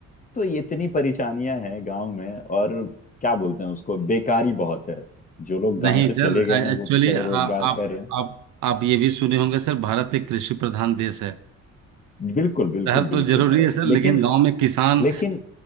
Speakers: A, on the left (about 25°); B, on the right (about 65°).
A: तो ये इतनी परेशानियां हैं गांव में और क्या बोलते हैं उसको बेकारी बहुत है जो लोग गांव
B: नहीं
A: से चले
B: सर
A: गए हैं वो
B: एक्चुअली
A: तो चलो
B: आप
A: रोजगार कर रहे हैं
B: आप आप ये भी सुने होंगे सर भारत एक कृषि प्रधान देश है
A: बिल्कुल बिल्कुल
B: शहर तो
A: बिल्कुल
B: जरूरी
A: है
B: है सर लेकिन
A: लेकिन फिर
B: गांव में किसान
A: गाँव में लेकिन